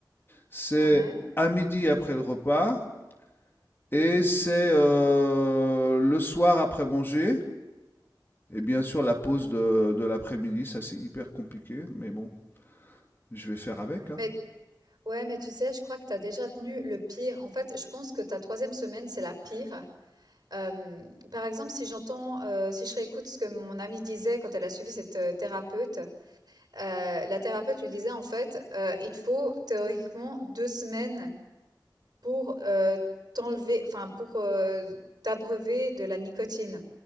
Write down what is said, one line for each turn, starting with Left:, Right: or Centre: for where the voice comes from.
Left: c'est
Right: ouais.
Left: Mhm. à midi après le repas et c'est euh, le soir après manger. Et bien sûr, la pause de, de l'après-midi, ça c'est hyper compliqué, mais bon, je vais faire avec, hein.
Right: Mais ouais, mais tu sais, je crois que tu as déjà tenu le pire. En fait, je pense que ta troisième semaine, c'est la pire. Hem, par exemple, si j'entends, heu, si je réécoute ce que mon amie disait quand elle a suivi cette, heu, thérapeute, heu, la thérapeute lui disait en fait, heu: «Il te faut théoriquement 2 semaines pour, heu, t'enlever enfin pour, heu, t'abreuver de la nicotine.